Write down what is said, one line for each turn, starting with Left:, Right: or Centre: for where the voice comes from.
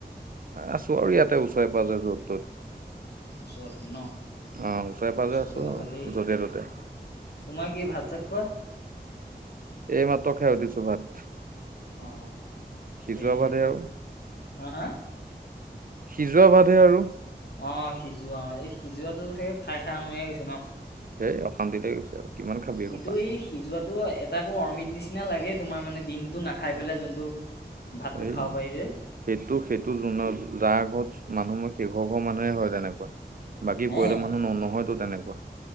Right: আছো আৰু ইয়াতে ওচৰে-পাজৰে য'ত-ত'ত।
Left: ওচৰত ন
Right: অ, ওচৰে - পাজৰে
Left: ওচৰতে
Right: আছো
Left: বাৰু ভালেই
Right: য'তে - ত'তে।
Left: তোমাৰ কি ভাত চাত খোৱা?
Right: এই মাত্ৰ খাই উঠিছো ভাত।
Left: অ,
Right: সিজোৱা
Left: এইটো
Right: ভাতহে আৰু
Left: হা-হা?
Right: সিজোৱা ভাতহে আৰু।
Left: অ, সিজোৱা অ, এই সিজোৱাটো চাগে খাই - খাই আমুৱাই গৈছে ন।
Right: সেই অশান্তি লৈ গৈছে আৰু। কিমান খাবি এসোপা
Left: কিন্তু এই সিজোৱাটো এ ত, আকৌ অমিত নিচিনা লাগে তোমাৰ মানে দিনটো নাখাই পেলাই যোনটো ভাতটো
Right: এই
Left: খাব পাৰি যে।
Right: সেইটো - সেইটো জো যাৰ ঘৰত মানুহ মোৰ শেষৰ হৰ মানুহে হয় তেনেকুৱা বাকী
Left: হে।
Right: পৰিয়ালৰ মানুহ ন নহয়তো তেনেকুৱা।